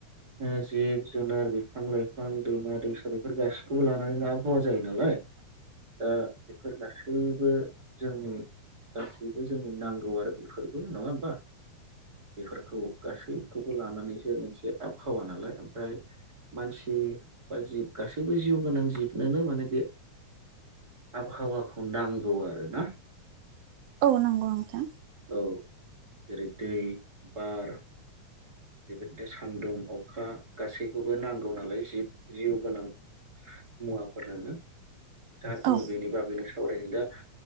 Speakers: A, on the right; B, on the right.
A: ओ जिब जुनार बिफां लाइफां दैमा दैसा बेफोर गासिखौबो लानानै आबहावा जायो नालाय दा बेफोर गासैबो जोंनि गासैबो जोंनि नांगौ आरो बेफोरबो नङा होमबा बेफोरखौ गासै खौबो लानानैसो मोनसे आबहावा नालाय ओमफ्राय मानसि बा जिब गासैबो जिउ गोनां जिबनोनो माने बे आबहावाखौ नांगौ आरो ना
B: औ नंगौ नोंथां
A: औ जेरै दै बार बेबायदिनो सान्दुं अखा गासैखौबो नांगौ नालाय जिब जिउ गोनां मुवाफोरानो दा जोङो
B: औ
A: बेनि बागैनो सावरायगोन दा